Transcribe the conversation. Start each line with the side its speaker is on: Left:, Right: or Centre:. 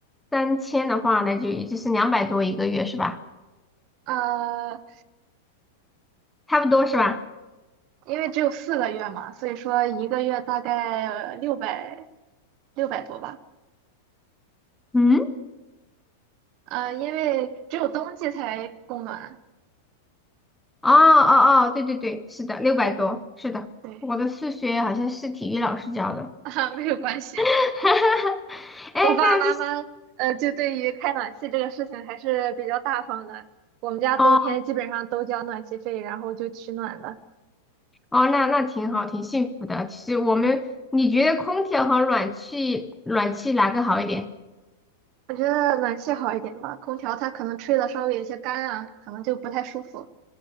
Centre: 三千的话，那就也就是两百多一个月是吧？
Right: 呃，
Centre: 差不多是吧？
Right: 因为只有四个月嘛，所以说一个月大概六百六百多吧。
Centre: 嗯。
Right: 呃，因为只有冬季才供暖。
Centre: 哦哦哦，对对对，是的，六百多，
Right: 嗯，
Centre: 是的，
Right: 对，
Centre: 我的数学好像是体育老师教的。
Right: <laughs> 啊，没有关系。
Centre: <laughs> 哎，
Right: 我爸爸妈妈呃，
Centre: 他就是
Right: 就对于开暖气这个事情还是比较大方的。我们家冬天基本上都交暖气费，
Centre: 哦
Right: 然后就取暖了。
Centre: 哦，那那挺好，挺幸福的。其实我们，你觉得空调和暖气，暖气哪个好一点？
Right: 我觉得暖气好一点吧，空调它可能吹的稍微有些干啊，可能就不太舒服。